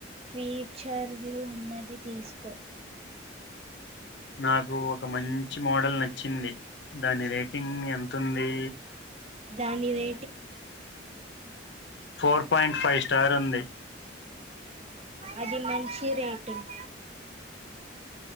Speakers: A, on the right; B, on the left.
A: ఫీచర్లు ఉన్నది తీసుకో
B: నాకు ఒక మంచి మోడల్ నచ్చింది దాని రేటింగ్ ఎంతుంది
A: దాని రే
B: ఫోర్ పాయింట్ ఫైవ్ స్టార్ ఉంది
A: అది మంచి రేటింగ్